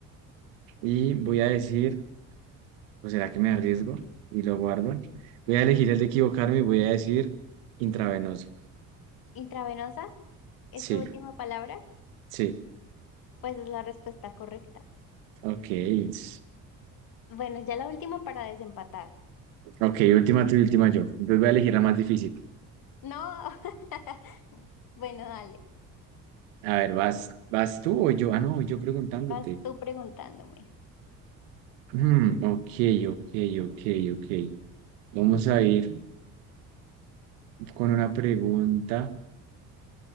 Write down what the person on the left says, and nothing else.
Intravenosa, ¿es
tu última palabra?
Pues es la respuesta correcta.
Bueno, ya la última para desempatar.
No. <laughs> Bueno, dale.
Vas tú preguntándome.